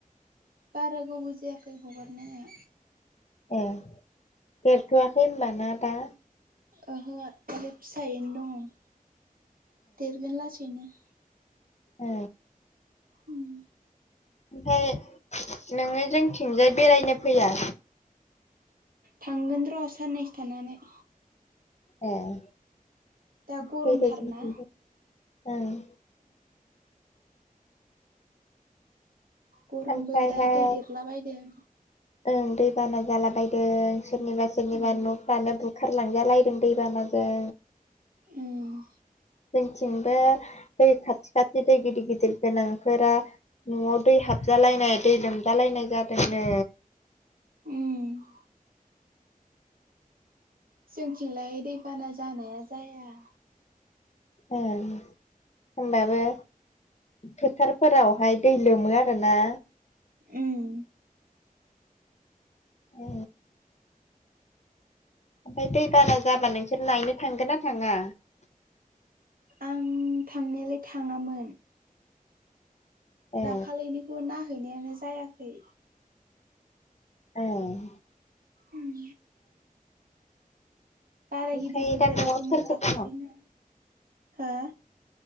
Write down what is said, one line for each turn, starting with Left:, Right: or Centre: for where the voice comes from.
Right: बारा गोबाव जायाखै हगारनाया
Left: ए देरथ'आखै होमबा ना दा
Right: ओहो आरो फिसायैनो दं देरगोन लासैनो
Left: ओ
Right: उम
Left: ओमफाय नोङो जोंथिंजाय बेरायनो फैया
Right: थांगोन र' साननैसो थानानै
Left: ए ओम
Right: दा गरमथारना
Left: फैथो जोंनिथिंजाय ओं
Right: गरमबो
Left: ओमफ्रायहाय
Right: दा दै देरलाबायदों
Left: ओं दै बाना जाला बदों सोरनिबा सोरनिबा
Right: उम
Left: न'फ्रानो बु खारलांजालायदों दैबानाजों
Right: उम
Left: जोंथिंबो दै खाथि खाथि दै गिदिर गिदिर गोनांफोरा न'आव दै हाबजोब जालायनाय दै लोमजालायनाय जादोंनो।
Right: उम जोंथिंलाय दैबाना जानाया जाया।
Left: ओं होनबाबो। फोथारफोरावहाय दै लोमो आरोना।
Right: उम
Left: औ ओमफाय दैबाना जाबा नोंसोर नायनो थांगोन ना थाङा?
Right: आं थांनायालाय थाङामोन।
Left: ए
Right: दाखालिनिखौ नाहैनायानो जायाखै।
Left: ओं
Right: उम बारा
Left: ओमफ्राय
Right: गिदिरबो
Left: दा
Right: देराखैमोन
Left: न'आव सोर सोर
Right: दाखालिना।
Left: दङ
Right: हो?